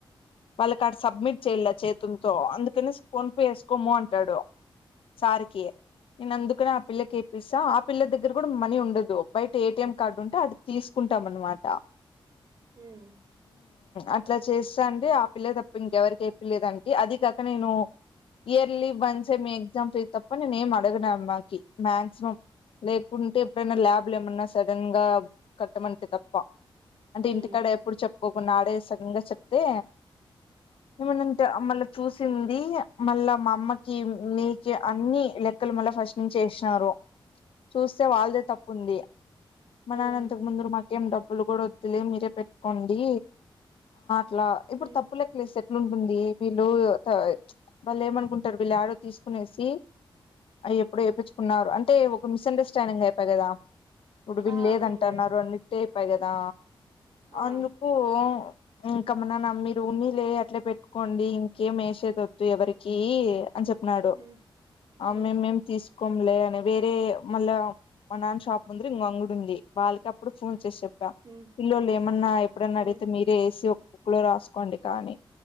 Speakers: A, on the left; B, on the right.
A: వాళ్ళ కాడా సబ్మిట్ చేల చేతులతో అందుకనే ఫోన్ పే వేసుకోము అంటాడు సరికి నేను అందుకనే ఆ పిల్లకి ఎపిస్తా ఆ పిల్ల దగ్గర కూడా మనీ ఉండదు బయట ఏటిఎం కార్డు ఉంటే అటు తీసుకుంటాం అన్న మాట
B: హ్మ్
A: అట్లా చేస్తా అండి ఆ పిల్లక్ తప్ప ఇంక ఎవరికి ఏపిల్లే దాంటీ అది కాక నేను ఇయర్లీ వన్సే మీ ఎగ్జామ్స్ తప్ప నేనేం అడగనా అమ్మాయి కి మాక్సిమం లేకుంటే ఎప్పుడైనా ల్యాబ్ లా ఏమన్నా సడన్ గా కట్టమంటే తప్ప అంటే
B: హ్మ్. హ్మ్.
A: ఇంటి కాడ ఎప్పుడు చెప్ ఒక నాడే సడన్ గా చెప్తే ఏమనంటే మళ్ళా చూసింది మళ్ళా మా అమ్మకి మీకి అన్ని లెక్కలు మళ్ళ ఫస్ట్ నుంచి ఎసినారు చూస్తే వాళ్దే తప్పు ఉంది మననంతకు
B: హ్మ్. హ్మ్.
A: ముందరు మా డబ్బులు కూడా వద్దులే మీరే పెట్టుకోండి ఇలా ఇప్పుడు
B: హ్మ్.
A: తప్పుల లెక్కలు ఎసె లుంటుంది వీళ్ళు అ ప్చ్ వాళ్ళు ఏమనుకుంటారు వీళ్ళు ఆడ తీసుకునేసి ఎప్పుడు ఏపిచుకున్నారు అంటే ఒక మిస్ అండర్స్టాండింగ్ అయిపోయ కదా <unintelligible>
B: ఆ!
A: లేదంటన్నారు
B: అవునులే.
A: అన్నటే ప్పాయి కదా
B: ఆ!
A: అందుకు ఇంకా మనాన్న మీరు ఉన్నలే అట్లే పెట్టుకోండి ఇంకేం వేసేదొద్దు ఎవరికి అని చెప్పినడు
B: హ్మ్. హ్మ్.
A: ఆ మేమేం తీసు కొమ్లే అని వేరే మళ్ళ మా నాన్న షాప్ ముందర ఇంకో అంగీడా ఉంది వాళ్ళకి అప్పుడు ఫోన్ చేసే ద
B: హ్మ్.
A: పిల్లలు ఏమన్నా ఎప్పుడన్నా
B: హ్మ్.
A: అడిగితే
B: హ్మ్.
A: మీరే ఎసి ఒక బుక్ లో రాసుకోండి కానీ